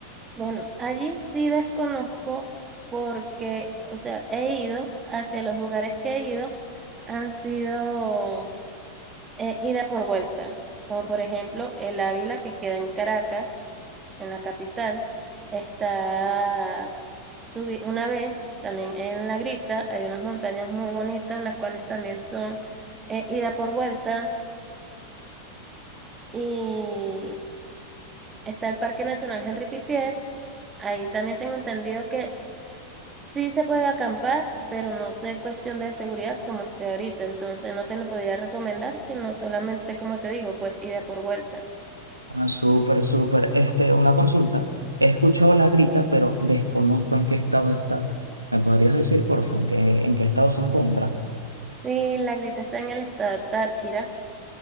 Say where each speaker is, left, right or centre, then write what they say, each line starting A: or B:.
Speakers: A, on the right; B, on the right.
A: Bueno, allí sí desconozco porque, o sea, he ido hacia los lugares que he ido, han sido eh, ida por vuelta, como por ejemplo el Ávila que queda en Caracas, en la capital, está, subí una vez también en La Grita, hay unas montañas muy bonitas, las cuales también son eh, ida por vuelta, y está el Parque Nacional Henri Pittier, ahí también tengo entendido que Sí se puede acampar, pero no sé cuestión de seguridad como esté ahorita, entonces no te lo podría recomendar, sino solamente, como te digo, pues ida por vuelta.
B: Ah, súper, súper. Este, una consulta. He escuchado la grita, pero desconozco en qué estado está. ¿Me podrías decir, porfa, en qué, en qué estado se encuentra?
A: Sí, La Grita está en el estado Táchira,